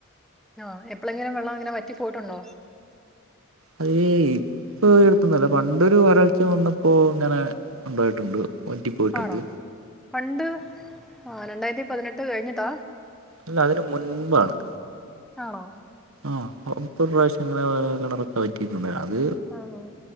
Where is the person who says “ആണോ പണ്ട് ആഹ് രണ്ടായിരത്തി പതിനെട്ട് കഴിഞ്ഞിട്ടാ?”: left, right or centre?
Centre